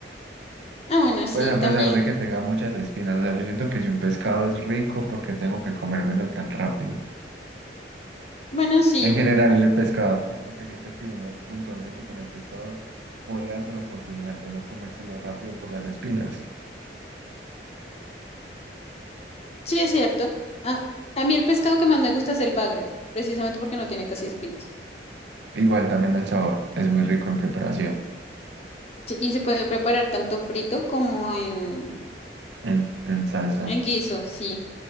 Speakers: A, on the left (about 35°); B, on the right (about 80°).
A: Ah, bueno, sí,
B: Pues a
A: también.
B: pesar de que tenga muchas espinas, o sea, yo siento que si un pescado es rico, ¿por qué tengo que comérmelo tan rápido?
A: Bueno, sí,
B: En general el pescado, pues porque siento que uno puntualmente con el pescado puede darse la oportunidad de no comérselo rápido por las espinas.
A: sí es cierto. Ah, a mí el pescado que más me gusta es el bagre, precisamente porque no tiene casi espinas.
B: Igual también el sabor, es muy rico en preparación,
A: Sí, y se puede preparar tanto frito como en,
B: en, en salsa.
A: en guiso, sí,